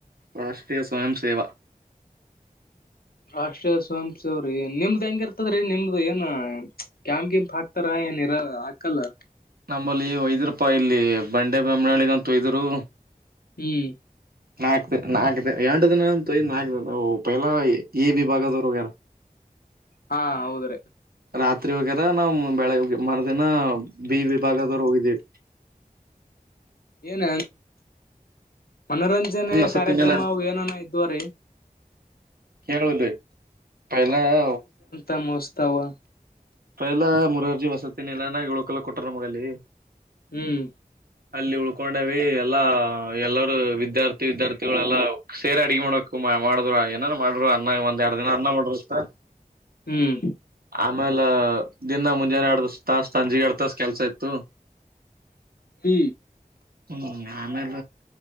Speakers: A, on the right (about 80°); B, on the left (about 80°).
A: ರಾಷ್ಟ್ರೀಯ ಸ್ವಯಂ ಸೇವಾ.
B: ರಾಷ್ಟ್ರೀಯ ಸ್ವಯಂ ಸೇವಾ ರಿ ನಿಮ್ದ್ ಹೆಂಗಿರ್ತದ್ರೀ ನಿಮ್ದ ಏನ ಕ್ಯಾಂಪ್ ಗಿಪ ಹಾಕ್ ತ್ತರ ನಿರಾ ಹಾಕಲ್ಲ.
A: ನಂಬಲ್ಲಿ ಒಯದ್ಯರಪ ಇಲ್ಲಿ ಬಂಡೆ ದೊಮ್ಮನಳ್ಳಿಗ್ಗ್ ಅಂತ ಒಯ್ದೂರು.
B: ಹ್ಮ್
A: ನಾಕ್ ದೀ ನಾಕ್ ದೀ ಎಂಟ ದಿನ ಅಂತ ಒಯ್ದ ನಾಕ್ ಓ ಪೈಲಾ ಎ ವಿಭಾಗದವ್ರ ಹೋಗ್ಯಾರ್.
B: ಹಾ ಹೌದ್ರೀ.
A: ರಾತ್ರಿ ಹೋಗ್ಯಾರ್ ನಾವ ಬೆಳಗ್ಗೆ ಹೋಗಿವಿ ಮರ್ದಿನಾ ಬಿ ವಿಭಾಗದವರು ಹೋಗಿದೀವಿ.
B: ಏನ ಮನೋರಂ ರಂಜನೆ
A: ವಸತಿನೆಲ್ಲ
B: ಕಾರ್ಯಕ್ರಮ ಅವು ಏನೇನೋ ಇದ್ದುವ್ರಿ.
A: ಕೇಳು ಇಲ್ಲಿ ಪೈಲಾ. <inaudible>
B: ನಮ್ಮುವ್ ಹೊಸ್ದಾವ್
A: ಪೈಲಾ ಮುರಾರ್ಜಿ ವಸತಿ ನಿಲಯಾನಾಗ್ ಊಳಕೊಳ್ಳಾಕ್ಕ ಕೊಟ್ಟ್ರ ನಮಗ್ ಅಲ್ಲಿ.
B: ಹ್ಮ್
A: ಅಲ್ಲಿ ಉಳ್ಕೊಂಡೇವಿ ಎಲ್ಲಾ ಎಲ್ಲರೂ ವಿದ್ಯಾರ್ಥಿ ವಿದ್ಯಾರ್ಥಿಗಳೆಲ್ಲಾ ಸೇರ ಅಡಿಗಿ ಮಾಡಕ್ ಮಾ ಮಾಡ್ದೂರ ಏನ ಏನ್ ಮಾಡುರ್ ಅನ್ನ ಒಂದ್ ಯಾಡ ದಿನ ಅನ್ನ <unintelligible>
B: ಹ್ಮ್
A: ಆಮೇಲ್ ಇಲ್ಲ ದಿನ ಮುಂಜಾನೆ ಯಾಡ ತಾಸ್ ಸಂಜಿಗ್ ಯಾಡ್ ತಾಸ ಕೆಲ್ಸಾ ಇತ್ತು.
B: ಹ್ಮ್
A: ಹ್ಮ್ ಆಮೇಲ